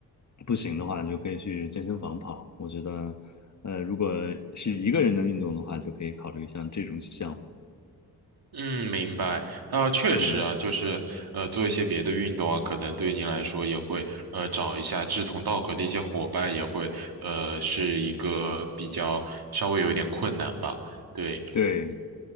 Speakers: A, on the left; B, on the right.
A: 不行的话，就可以去健身房跑。我觉得，呃，如果是一个人的运动的话，就可以考虑像这种项目。
B: 嗯，明白。啊，确实啊，
A: 嗯，
B: 就是呃，做一些别的运动啊，可能对您来说也会呃找一下志同道合的一些伙伴，也会呃是一个比较稍微有一点困难吧。对，
A: 对